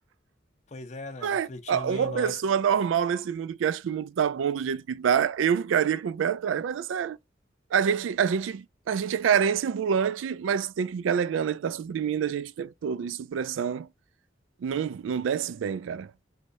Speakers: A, on the left; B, on the right.
A: pois é, né? Refletindo
B: <laughs> Uma
A: em nós.
B: pessoa normal nesse mundo que acha que o mundo tá bom do jeito que tá, eu ficaria com o pé atrás. Mas é sério. A gente, a gente, a gente é carência ambulante, mas tem que ficar alegando, ele tá suprimindo a gente o tempo todo, e supressão não, não desce bem, cara.